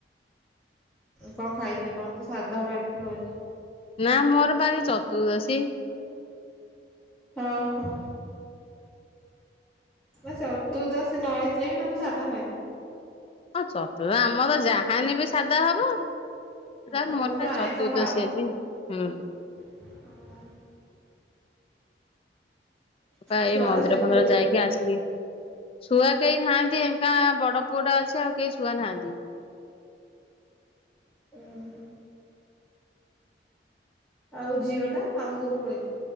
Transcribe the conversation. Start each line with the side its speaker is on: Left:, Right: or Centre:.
Centre: କଣ ଖାଇଛ? ତମେ ତ ସାଧା ଖାଇଥିବ ଆଜି।
Left: ନା ମୋର ପା ଆଜି ଚତୁର୍ଦ୍ଦଶୀ।
Centre: ଅ ହୋ। ନା ଚର୍ତୁଦଶୀ ନ ହେଇଥିଲେ ବି ତମେ ସାଧା ଖାଇଥାନ୍ତ।
Left: ହଁ ଚତୁଦ ଆମର ଯାହାହେନେ ବି ସାଧା ହବ। ତାପରେ
Centre: ହଁ ବା
Left: ମୋର
Centre: ତମେ
Left: ପରା
Centre: ବା
Left: ଚତୁର୍ଦ୍ଦଶୀ
Centre: ଆଇଁଷ ଖାଉନ।
Left: ଆଜି। ହୁଁ।
Centre: <unintelligible>
Left: ପା
Centre: ଛୁଆରା
Left: ଏ ମନ୍ଦିର
Centre: ଶୋଇପଇଲେଣି।
Left: ଫନ୍ଦିର ଯାଇକି ଆସିକି ଛୁଆ କେହି ନାହାନ୍ତି ଏ କା ବଡ ପୁଅ ଟା ଅଛି ଆଉ କେହି ଛୁଆ ନାହାନ୍ତି।
Centre: <unintelligible> ଆଉ ଝିଅ ଟା ମାମୁଁ ଘରକୁ ପଳେଇଛି।